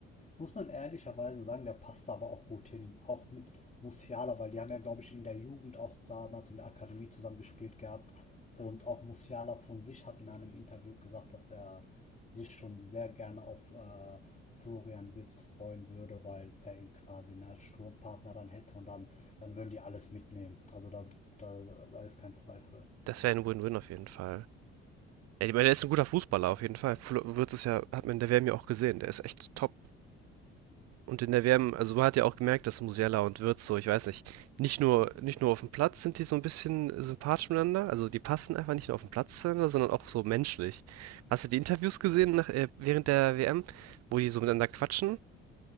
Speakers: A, on the left (about 25°); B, on the right (about 60°).
A: muss man ehrlicherweise sagen, der passt da aber auch gut hin. Auch mit Musiala, weil die haben ja, glaube ich, in der Jugend auch damals in der Akademie zusammen gespielt gehabt. Und auch Musiala von sich hat in einem Interview gesagt, dass er sich schon sehr gerne auf äh, Florian Wirtz freuen würde, weil er ihn quasi ne, als Sturmpartner dann hätte und dann, dann würden die alles mitnehmen. Also da, da, da ist kein Zweifel.
B: Das wäre ein Win-Win auf jeden Fall. Ja, ich meine, der ist ein guter Fußballer auf jeden Fall. Flo- Wirtz ist ja, hat man in der WM ja auch gesehen, der ist echt top. Und in der WM, also man hat ja auch gemerkt, dass Musiala und Wirtz so, ich weiß nicht, nicht nur, nicht nur auf dem Platz sind die so ein bisschen sympathisch miteinander, also die passen einfach nicht nur auf dem Platz zueinander, sondern auch so menschlich. Hast du die Interviews gesehen nach, äh, während der WM, wo die so miteinander quatschen?